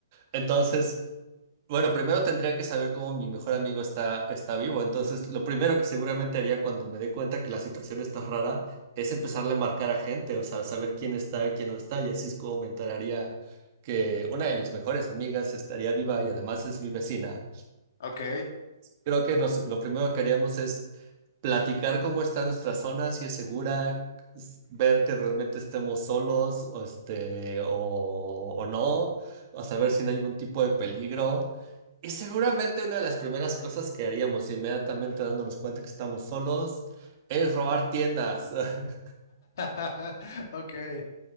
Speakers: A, on the right; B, on the left.
A: Entonces... Bueno, primero tendría que saber cómo mi mejor amigo está, está vivo. Entonces, lo primero que seguramente haría cuando me dé cuenta que la situación está rara es empezarle a marcar a gente, o sea, saber quién está, quién no está. Y así es como me enteraría que una de mis mejores amigas estaría viva y además es mi vecina.
B: <laughs> ok,
A: Creo que nos, lo primero que haríamos es platicar cómo está nuestra zona, si es segura, s- ver que realmente estemos solos o, este, o, o no, o saber si no hay algún tipo de peligro. Y seguramente una de las primeras cosas que haríamos inmediatamente dándonos cuenta que estamos solos es robar tiendas. <laughs>
B: <laughs> ok.